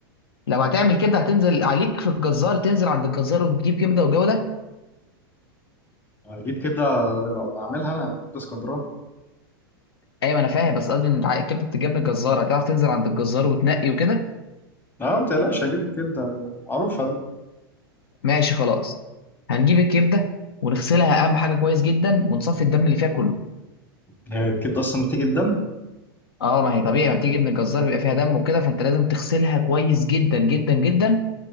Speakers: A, on the left; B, on the left.
A: لو هتعمل كبده هتنزل عليك في الجزار تنزل عند الجزار وتجيب كبده والجو ده
B: هجيب كبده واعملها انا كبده اسكندراني
A: ايوه ما انا فاهم بس قصدي ان الكبده بتتجاب من الجزار هتعرف تنزل عند الجزار وتنقي وكده
B: لا ما تقلقش هجيب الكبده معروفه
A: ماشي خلاص هنجيب الكبده ونغسلها اهم حاجه كويس جدا ونصفي الدم اللي فيها كله
B: هي الكبده اصلا بتيجي الدم
A: اه ما هي طبيعي ما بتيجي من الجزار بيبقى فيها دم وكده فانت لازم تغسلها كويس جدا جدا جدا